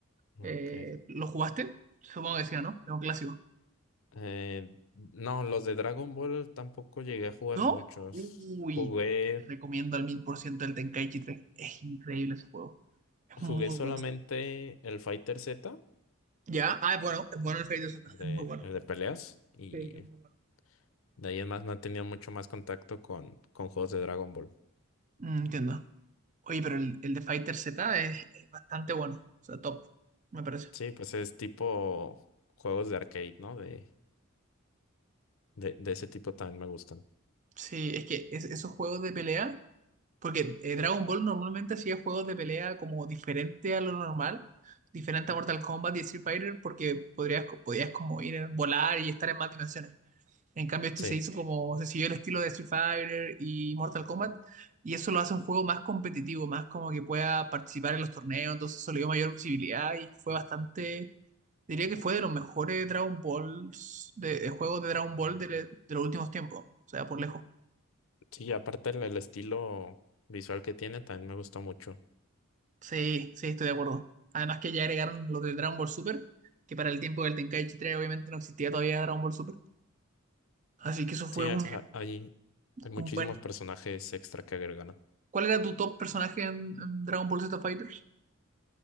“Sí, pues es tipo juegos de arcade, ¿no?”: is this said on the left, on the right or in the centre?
Left